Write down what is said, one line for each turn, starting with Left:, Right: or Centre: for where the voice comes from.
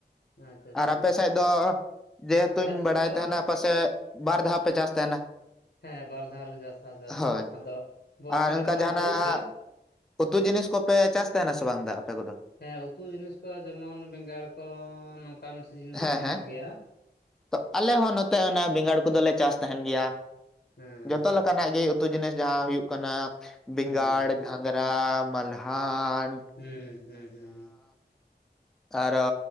Left: ᱟᱪᱪᱷᱟ ᱟᱪᱪᱷᱟ
Centre: ᱟᱨ ᱟᱯᱮ ᱥᱮᱫ ᱫᱚ ᱡᱮᱦᱮᱛᱩᱧ
Left: ᱟᱞᱮ ᱥᱮᱫ
Centre: ᱵᱟᱲᱟᱭ
Left: ᱫᱚ
Centre: ᱛᱟᱦᱮᱱᱟ ᱯᱟᱥᱮ ᱵᱟᱨ ᱫᱷᱟᱣ ᱯᱮ ᱪᱟᱥ ᱛᱟᱦᱮᱱᱟ?
Left: ᱦᱮᱸ ᱵᱟᱨ ᱫᱷᱟᱣ ᱞᱮ ᱪᱟᱥᱟ ᱪᱟᱥ
Centre: ᱦᱳᱭ
Left: ᱫᱚ ᱟᱫᱚ ᱵᱚᱨᱥᱟ
Centre: ᱟᱨ
Left: ᱨᱮᱢᱟ
Centre: ᱚᱱᱠᱟ ᱡᱟᱦᱟᱱᱟᱜ
Left: ᱦᱩᱭᱩᱜ ᱜᱮᱜ
Centre: ᱩᱛᱩ ᱡᱤᱱᱤᱥ ᱠᱚ ᱯᱮ ᱪᱟᱥ ᱛᱟᱦᱮᱸᱱᱟ ᱥᱮ ᱵᱟᱝ ᱫᱟ ᱟᱯᱮ ᱠᱚ ᱫᱚ
Left: ᱦᱮᱸ ᱩᱛᱩ ᱡᱤᱱᱤᱥ ᱠᱚ ᱡᱮᱢᱚᱱ ᱵᱮᱸᱜᱟᱲ ᱠᱚ ᱱᱚᱝᱠᱟᱱ ᱥᱤᱡᱤᱱ
Centre: ᱦᱮᱸ
Left: ᱨᱮ ᱢᱮᱱᱟᱜ
Centre: ᱦᱮᱸ
Left: ᱜᱮᱭᱟ
Centre: ᱛᱚ ᱟᱞᱮ ᱦᱚᱸ ᱱᱚᱛᱮ ᱵᱮᱸᱜᱟᱲ ᱠᱚᱫᱚᱞᱮ ᱪᱟᱥ ᱛᱟᱦᱮᱱ ᱜᱮᱭᱟ
Left: ᱦᱮᱸ
Centre: ᱡᱚᱛᱚ
Left: ᱦᱮᱸ ᱦᱮᱸ
Centre: ᱞᱮᱠᱟᱱᱟᱜ ᱜᱮ ᱩᱛᱩ ᱡᱤᱱᱤᱥ ᱡᱟᱦᱟᱸ ᱦᱩᱭᱩᱜ ᱠᱟᱱᱟ ᱵᱮᱸᱜᱟᱲ
Left: ᱦᱩᱸ
Centre: ᱡᱟᱦᱟᱸ
Left: ᱦᱩᱸ
Centre: ᱜᱷᱟᱧᱨᱟ <unintelligible> ᱢᱟᱞᱦᱟᱱ
Left: ᱦᱩᱸ ᱦᱩᱸ ᱦᱩᱸ ᱦᱩᱸ
Centre: ᱟᱨ ᱨᱚ